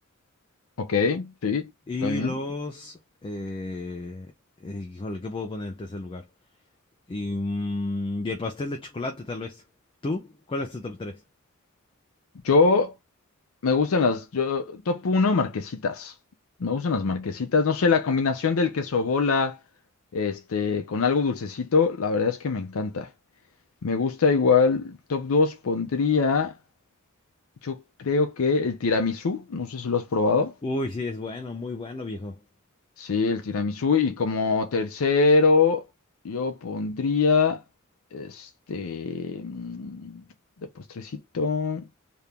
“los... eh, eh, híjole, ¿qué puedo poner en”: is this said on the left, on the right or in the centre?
Left